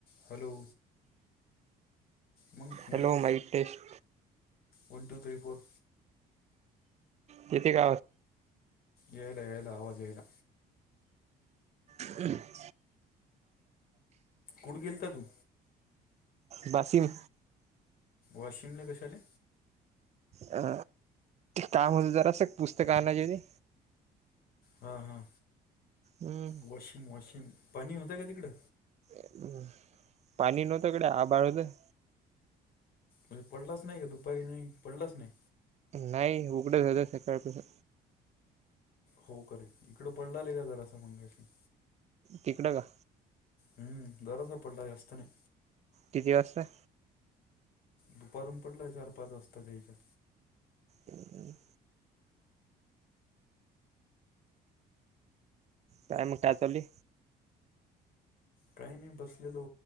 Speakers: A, on the left; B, on the right.
A: Hello मग नॅनो
B: hello mic test
A: one two three four
B: किती <inaudible>
A: यायला यायला आवाज यायला.
B: <unintelligible>
A: कुठ गेल ता तू
B: बासिम
A: वाशिम ला कशाले.
B: अ काम होत जरास एक पुस्तक आणायची होती.
A: हा हा
B: हम्म
A: वॉशिंग वॉशिंग पाणी होतंय का तिकडं
B: हम् पाणी नवत इकड आभाळ होतं.
A: म्हणजे पडलाच नाही का दुपारी नाही पडलाच नाही.
B: नाही उघडं झाल सकाळ पासून
A: हो करे इकडं पडलाले का जरासा मंगाशी
B: तिकडे का
A: ह ोरासापडला जास्त नाही
B: किती वाजता
A: दुपारून पडला चार पाच वाजताच्या्याच्यात
B: हम काय म्ह टचोली
A: काही नाही बसलेलो